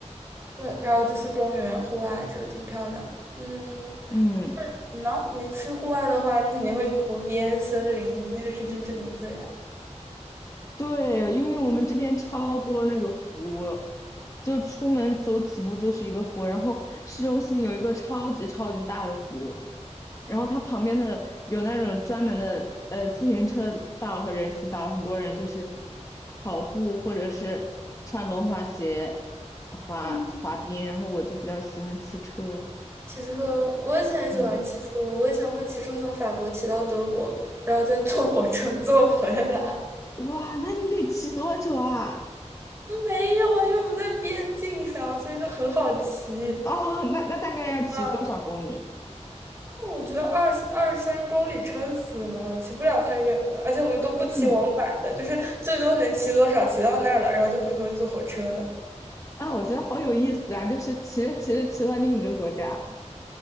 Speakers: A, on the right (about 20°); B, on the left (about 25°).
A: 对，然后就是公园、户外，就是挺漂亮。嗯，
B: 嗯。
A: 你呢？你去户外的话，你肯定会去湖边、森林，你那里是真正的自然。
B: 对，因为我们这边超多那个湖，就出门走几步就是一个湖，然后市中心有一个超级超级大的湖，然后它旁边的有那种专门的呃自行车道和人行道，很多人就是跑步或者是穿轮滑鞋滑滑冰，
A: 嗯，
B: 然后我就比较喜欢骑车，
A: 骑车，我以前也喜欢骑车，
B: 嗯，
A: 我以前会骑车从法国骑到德国，然后再坐火车 <laughs> 坐回来。<laughs>
B: 哇，那你得骑多久啊？
A: 没有啊，因为我们在边境上，所以就很好骑。
B: 哦，那那大概要骑多少公里？
A: 啊，我觉得二二三十公里撑死了，骑不了太远的，而且我们都不骑往返的，
B: <clears throat> 嗯。
A: 就是最多能骑多少，骑到那儿了，然后就回头就坐火车了。
B: 啊，我觉得好有意思啊！就是骑着骑着骑到另一个国家了，